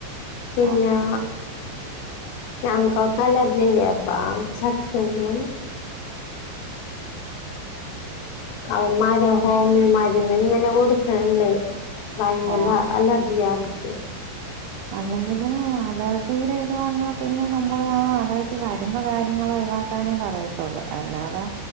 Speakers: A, on the left (about 90°); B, on the right (about 80°).
A: പിന്നേ
B: ഓ ഓ
A: ഞങ്ങക്കൊക്കെ അലർജിണ്ടെ അപ്പാ ചെക്കനും അവന്മാരോ ഹോമിയോ മരുന്നിങ്ങനെ കൊടുക്കണെണ്ട് ഭയങ്കല
B: ഓ
A: അലർജിയാ എനിക്ക്
B: അല്ലെങ്കി ലും അലർജീടെ ഇത് വന്നാ പിന്നെ നമ്മള് ആ അലർജി വരുന്ന കാര്യങ്ങള് ഒഴിവാക്കാനെ പറയത്തുള്ളൂ. അല്ലാതെ